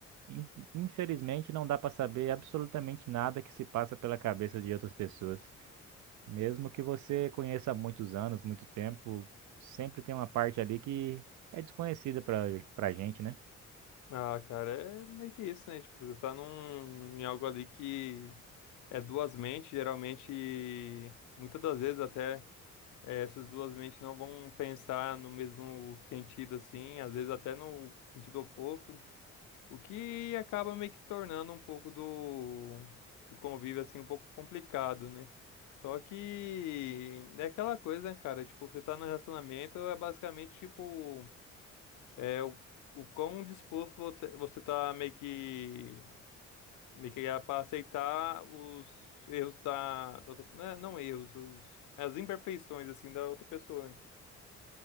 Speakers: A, on the right; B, on the left.
A: In- Infelizmente, não dá para saber absolutamente nada que se passa pela cabeça de outras pessoas. Mesmo que você conheça há muitos anos, muito tempo, sempre tem uma parte ali que é desconhecida para para gente, né?
B: Ah, cara, é meio que isso, né? Tipo, você tá num, em algo ali que é duas mentes, geralmente, e muitas das vezes até eh, essas duas mentes não vão pensar no mesmo sentido, assim, às vezes até no sentido oposto. O que acaba meio que tornando um pouco do, do convívio, assim, um pouco complicado, né? Só que é aquela coisa, né, cara? Tipo, você tá no relacionamento, é basicamente, tipo, é o, o quão disposto vo- você tá meio que, meio que é pra aceitar os erros da, da outra, não, é- não erros, os, as imperfeições, assim, da outra pessoa, né?